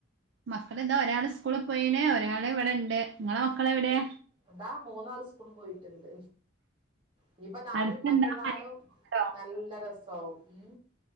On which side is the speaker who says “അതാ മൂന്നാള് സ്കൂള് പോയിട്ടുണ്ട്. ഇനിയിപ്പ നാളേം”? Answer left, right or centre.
Right